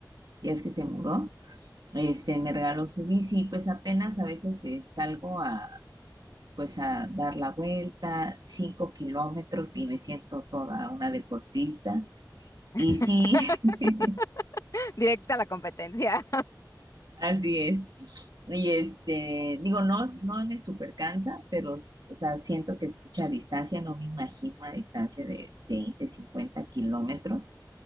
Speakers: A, on the right; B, on the left.
A: ya es que se mudó, este, me regaló su bici, pues apenas a veces eh, salgo a, pues a dar la vuelta, cinco kilómetros y me siento toda una deportista. Y
B: <laughs>
A: sí, <laughs>
B: Directa a la competencia.
A: Así es. Y este, digo, no, no me super cansa, pero, s- o sea, siento que es mucha distancia, no me imagino una distancia de veinte cincuenta kilómetros.